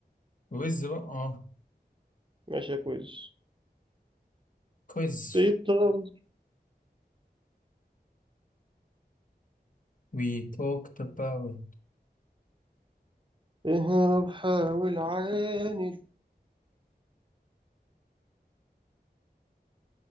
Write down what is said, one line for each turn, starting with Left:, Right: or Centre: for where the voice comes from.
Left: ويز بقى اه
Right: ماشي يا كويز
Left: كويز
Right: بيطل
Left: we talked about
Right: اهرب حاول عاند